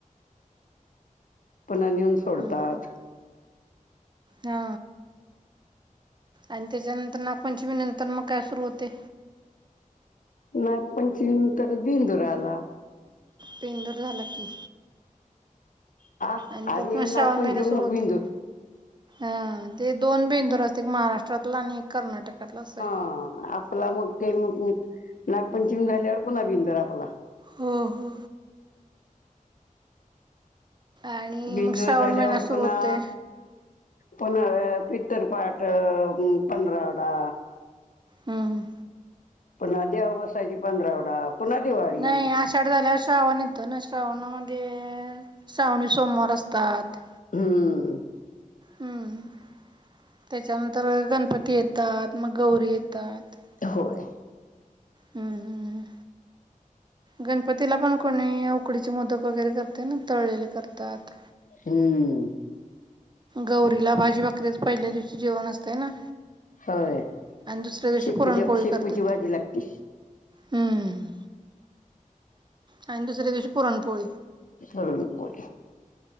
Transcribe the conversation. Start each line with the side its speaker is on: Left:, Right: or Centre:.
Left: पुन्हा नेऊन सोडतात.
Right: हम्म हा आणि त्याच्यानंतर नागपंचमी नंतर मग काय सुरू होते.
Left: नागपंचमी नंतर बेंदूर आला.
Right: बेंदूर झाला की.
Left: आ
Right: आणिंत
Left: आज
Right: तिथंन
Left: येईल
Right: श्रावण
Left: नागपंचमी
Right: महिने
Left: मग
Right: सुरु होतय.
Left: बिंदूर
Right: अ ते दोन बेंदूर असत्यात एक महाराष्ट्रातला आणि एक कर्नाटकातला असं हाय.
Left: हा आपला मुख्य बेंदूर, नागपंचमी झाल्यावर पुन्हा बिंदर आपला.
Right: हो हो. आणि
Left: बिंदूर
Right: मग श्रावण
Left: झाल्यावर
Right: महिना सुरू
Left: पुन्हा
Right: होते
Left: पन पित्तर पाठ पंधरावडा.
Right: हम्म.
Left: पण देव बसायची पंधरावडा. पुन्हा दिवाळी
Right: नाही आशाड झाल्यावर श्रावण येतो ना, श्रावण, मग श्रावणी सोमवार असतात.
Left: हम्म.
Right: हम्म, त्याच्यानंतर गणपती येतात, मग गौरी येतात.
Left: होय. <unintelligible>
Right: हम्म हम्म. गणपतीला पणं कोणी उकडीचे मोदक वगैरे करते ना तळलेले करतात.
Left: हम्मं
Right: गौरीला भाजी भाकरीच पहिल्या दिवशी जेवणं असतें ना
Left: होय
Right: आणि दुसऱ्या दिवशी
Left: शेपूची
Right: पुरणपोळी
Left: शेपूची
Right: करतात.
Left: भाजी लागते
Right: हम्मं आणि दुसरी कशी पुरणपोळी
Left: आकय <unintelligible>